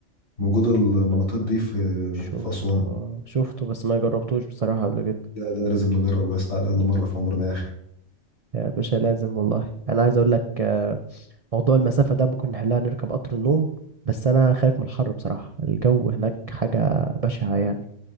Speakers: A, on the left (about 65°); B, on the right (about 45°).
A: موجود المناطيد دي في
B: شفته
A: في أسوان
B: شفته بس ما جربتوش بصراحة قبل كده
A: لا ده لازم نجربه يا اسطى على الأقل مرة في عمرنا يا أخي
B: يا باشا لازم والله انا عايز اقول لك آه، موضوع المسافة ده ممكن نحلها نركب قطر النوم بس انا خايف من الحر بصراحة الجو هناك حاجة بشعة يعني